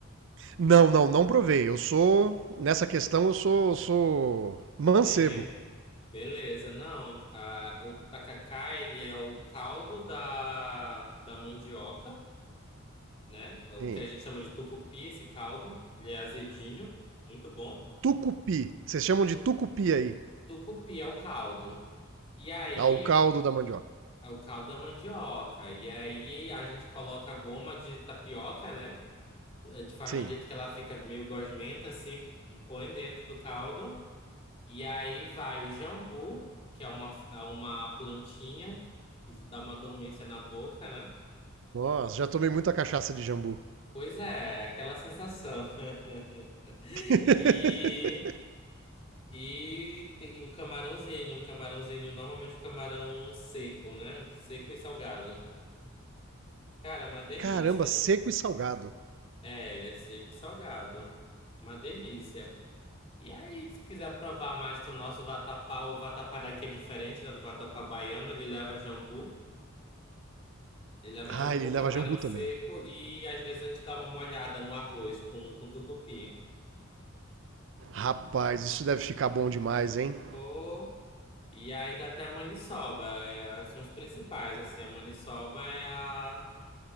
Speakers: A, on the right; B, on the left.
A: Não, não, não provei. Eu sou nessa questão eu sou eu sou mancebo.
B: Vem mesmo. Beleza, não. a- o tacacá, ele é o caldo da, da mandioca, né? É o
A: Sim.
B: que a gente chama de tucupi, esse caldo. Ele é azedinho, muito bom.
A: Tucupi. Vocês chamam
B: Tu-
A: de tucupi aí,
B: tucupi é o caldo. E aí,
A: ah, o caldo da mandioca.
B: é o caldo da mandioca. E aí, a gente coloca a goma de tapioca, né? A gente faz
A: Sim.
B: de um jeito que ela fica meio gosmenta, assim, põe dentro do caldo. E aí vai o jambu, que é uma, é uma plantinha que dá uma dormência na boca, né?
A: Nossa, já tomei muita cachaça de jambu.
B: Pois é, é aquela sensação. <laughs> E,
A: <laughs>
B: e tem um camarãozinho, um camarãozinho, normalmente camarão seco, né? Seco e salgado. Cara, é uma delícia.
A: Caramba, seco e salgado.
B: É, ele é seco e salgado. Uma delícia. E aí, se quiser provar mais, tem o nosso vatapá. O vatapá daqui é diferente, né, do vatapá baiano. Ele leva jambu. Ele leva
A: Ah,
B: jambu,
A: ele leva
B: camarão
A: jambu
B: seco
A: também.
B: e às vezes a gente dá uma molhada no arroz com, com tucupi.
A: Rapaz, isso deve ficar bom demais, hein?
B: Pô, e ainda tem a maniçoba. É, são os principais, assim. A maniçoba é a...